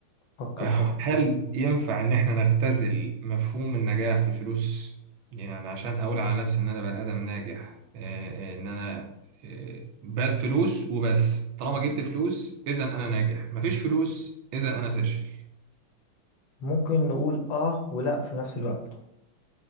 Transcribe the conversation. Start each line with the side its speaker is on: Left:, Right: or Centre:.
Left: فكر
Right: آه،
Left: سوا
Right: هل ينفع ان احنا نختزل مفهوم النجاح في الفلوس يعني عشان اقول على نفسي ان انا بني ادم ناجح آه، آه، ان انا آه، بس فلوس وبس طالما جبت فلوس اذا انا ناجح مفيش فلوس اذا انا فاشل
Left: ممكن نقول آه ولأ في نفس الوقت